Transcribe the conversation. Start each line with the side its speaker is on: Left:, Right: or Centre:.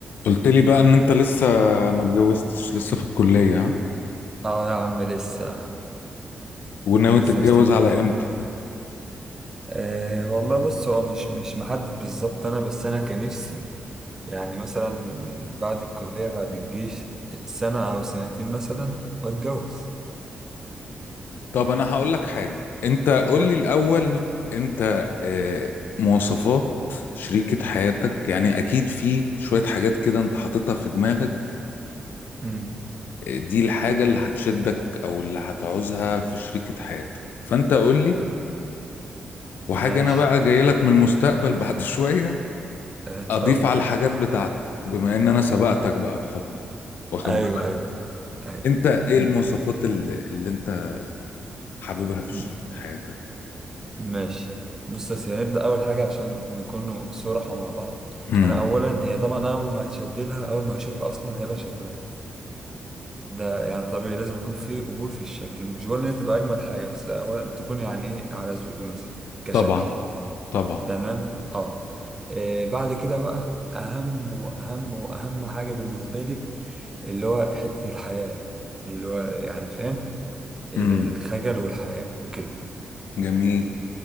Left: قلت لي بقى ان انت لسه ما اتجوزتش لسه في الكلية ها؟
Right: اه يا عم لسه
Left: وناوي
Right: لسه
Left: تتجوز
Right: مستنيين
Left: على
Right: دول
Left: امتى
Right: أه والله بص هو مش مش محدد بالظبط انا بس انا كان نفسي يعني مثلا بعد الكلية بعد الجيش سنة او سنتين مثلا واتجوز
Left: طب انا هقول لك حاجة انت قول
Right: قول.
Left: لي الاول انت آه، مواصفات شريكة حياتك يعني اكيد في شوية حاجات كده انت حاططها في دماغك
Right: امم
Left: آه، دي الحاجة اللي هتشدك او اللي هتعوزها في شريكة حياتك فانت قول لي وحاجة
Right: ماشي
Left: انا بقى جاي لك من المستقبل <laughs> بعد شوية
Right: آه، اتفضل
Left: اضيف على الحاجات بتاعتك بما ان انا سبقتك بقى بخطوة واخد
Right: <laughs> ايوه
Left: بالك
Right: ايوه ايوه
Left: انت ايه
Right: م-
Left: المواصفات اللي, اللي انت حاببها في
Right: م-
Left: شريكة حياتك
Right: ماشي بص يا سيدي هنبدأ أول حاجة عشان نكون صراحة مع بعض
Left: امم
Right: أنا أولا هي طبعا أول ما هتشد لها أول ما هشوفها أصلا هيبقى شكلها ده يعني طبيعي لازم يكون في قبول في الشكل مش بقول ان هي تبقى اجمل حاجه بس اولا تكون يعني ايه على ذوقي مثلا كشكل
Left: طبعا طبعا
Right: تمام اه إيه بعد كده بقى اهم واهم واهم حاجه بالنسبه لي اللي هو حته الحياء اللي هو يعني فاهم الخجل
Left: امم
Right: والحياء وكده
Left: جميل